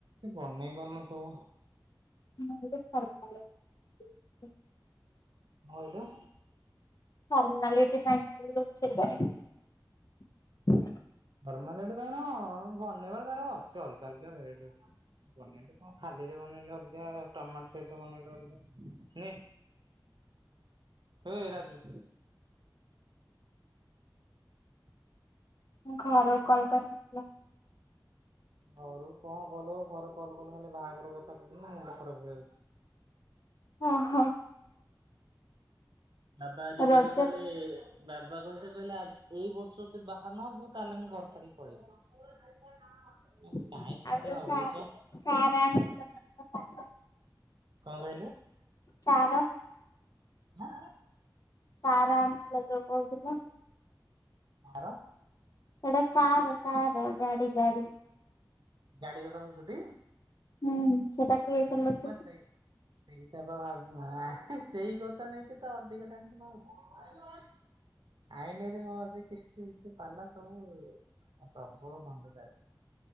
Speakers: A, on the right; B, on the left.
A: ବନେଇ ପାରୁ ନଥିବ
B: <unintelligible>
A: ଭାଉଲୁ
B: ଫର୍ମାଲିଟି ପାଇଁ ଖାଲି ରୋଷେଇ କରେ।
A: ଫର୍ମାଲିଟୀ ପାଇଁନାଁ ହଁ ବନେଇ ବାର ତାର ଅଛି ଅଲଗା ଅଲଗା ଭେରାଇଟି ଅଛି ବନେଇଲେ। ହଁ ଖାଲିରେ ବନେଇଲେ ଅଲଗା ଟମାଟୋ ସହିତ ବନେଇଲେ ଅଲଗା ହେ ହେ ରାଜୁ
B: ହଁ ଖର କୁ କଲ କରିନଥିଲ।
A: ଘରୁ କୁ କଣ କଲ ଘରୁକୁ କଲ କଲେ ଖାଲି ବାହାଘର କଥା କହୁଚନ୍ତି ମୋ ମୁଣ୍ଡ ଖରାପ ହେଇଯାଉଛି।
B: ହଁ ହଁ।
A: ବାବା ଆଜି କହିଲେ
B: ରଜ
A: କହିଲେ ବାବା କହିଲେ କହିଲେ ଆ ଏଇ ବର୍ଷ ଯଦି ବାହାନହବୁ ତାହେଲେ ମୁଁ ଘର ଛାଡିକି ପଳେଇବି।
B: <unintelligible>
A: କହିଲି କାଇଁ ସେମିତି ହଉଛ କଣ କଣ କହିଲୁ?
B: କାର
A: ହଁ।
B: କାରଆନିଥିଲ ଜଉ କହୁଥିଲ।
A: କାର
B: ସେଟା କାର କାର ଗାଡି ଗାଡି
A: ଗାଡି କଥା କହୁଛୁ ଟି?
B: ହୁଁ ସେଟାକୁ କିଏ ଚଲଉଚନ୍ତି?
A: ସେଇ ସେଇଟା ସେଇ କଥା ନେଇକି ତ ଅଧିକ ଟେନସନ ହଉଛି ଆଇଲେ <unintelligible> କିମତି ପାଲା ସବୁ। ଆ ପ୍ରବଳ ବନ୍ଧୁତା ଅଛି।